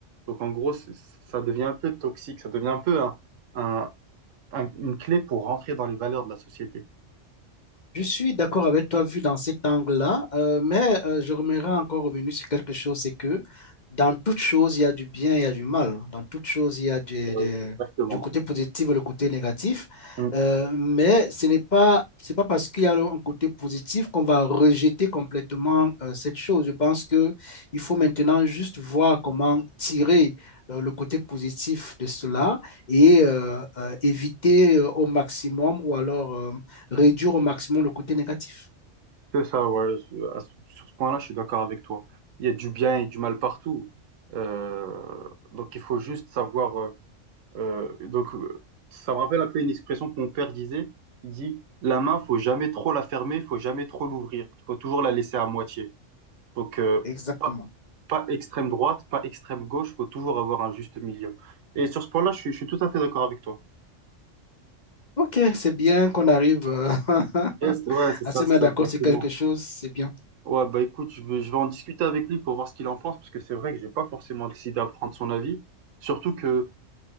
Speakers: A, on the right; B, on the left.
A: Donc, en gros, c'est- ça devient un peu toxique, ça devient un peu un- un- un- une clé pour rentrer dans les valeurs de la société.
B: Je suis d'accord avec toi vu dans cet angle-là, euh, mais euh, je remettrai encore revenu sur quelque chose, c'est que dans toute chose, il y a du bien, il y a du mal. Dans toute chose, il y a du,
A: Ouais,
B: de-
A: exactement.
B: du côté positif et le côté négatif.
A: Mm.
B: Euh, mais ce n'est pas, c'est pas parce qu'il y a un côté positif qu'on va rejeter complètement euh, cette chose. Je pense que il faut maintenant juste voir comment tirer euh, le côté positif de cela et euh, euh, éviter euh, au maximum ou alors... euh, réduire au maximum le côté négatif.
A: C'est ça, ouais. je- à ce- Sur ce point-là, je suis d'accord avec toi. Il y a du bien et du mal partout. Euh, donc, il faut juste savoir. euh, euh, donc, euh, ça me rappelle un peu une expression que mon père disait. Il dit, la main, faut jamais trop la fermer, faut jamais trop l'ouvrir. Il faut toujours la laisser à moitié. Donc, euh,
B: Exactement.
A: pas, pas extrême droite, pas extrême gauche. faut toujours avoir un juste milieu. Et sur ce point-là, je suis, je suis tout à fait d'accord avec toi.
B: Ok, c'est bien qu'on arrive euh, <laughs>
A: Yes, ouais, c'est
B: à
A: ça,
B: se
A: c'est
B: mettre
A: ça
B: d'accord
A: exactement.
B: sur quelque chose, c'est bien.
A: Ouais, bah écoute, je vais, je vais en discuter avec lui pour voir ce qu'il en pense, parce que c'est vrai que j'ai pas forcément décidé à prendre son avis. Surtout que